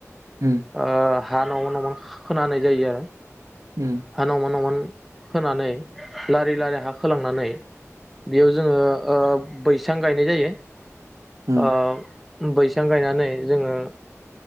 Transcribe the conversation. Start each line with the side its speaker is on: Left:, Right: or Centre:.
Right: उम
Centre: ओ हा न'मा न'मा खोना होनाय जायो आरो।
Right: उम
Centre: हा नौमान नौमान होनानै लारि लारि हा खोलांनानै बेयाव जोङो ओ बैसां गायनाय जायो ।
Right: उम
Centre: ओ बैसां गायनानै जोङो